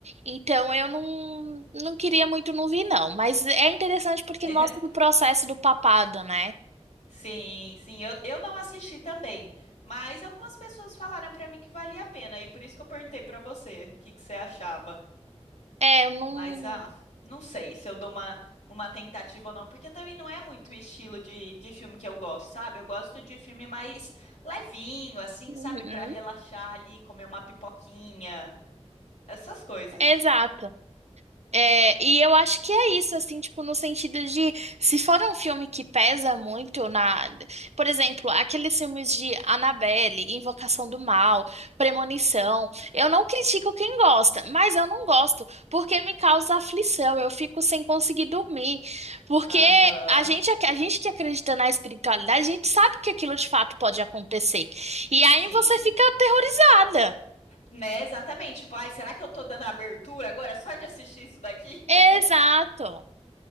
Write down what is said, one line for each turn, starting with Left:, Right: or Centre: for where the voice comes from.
Right: Então, eu não, não queria muito não vir, não. Mas é interessante porque
Left: <laughs>
Right: mostra o processo do papado, né?
Left: Sim, sim, eu, eu não assisti também, mas algumas pessoas falaram pra mim que valia a pena, e por isso que eu perguntei pra você o que que você achava.
Right: É, eu não.
Left: Mas, ah, não sei se eu dou uma, uma tentativa ou não, porque também não é muito o estilo de, de filme que eu gosto, sabe? Eu gosto de filme mais levinho, assim,
Right: Uhum,
Left: sabe? Pra relaxar ali, comer uma pipoquinha, essas coisas.
Right: exato. É, e eu acho que é isso, assim, tipo, no sentido de, se for um filme que pesa muito na, por exemplo, aqueles filmes de Annabelle, Invocação do Mal, Premonição, eu não critico quem gosta, mas eu não gosto, porque me causa aflição, eu fico sem conseguir dormir, porque
Left: Aham,
Right: a gente, ac- a gente que acredita na espiritualidade, a gente sabe que aquilo de fato pode acontecer, e
Left: sim.
Right: aí você fica aterrorizada.
Left: Né, exatamente. Tipo, ai, será que eu tô dando abertura agora só de assistir isso daqui?
Right: Exato,
Left: <laughs>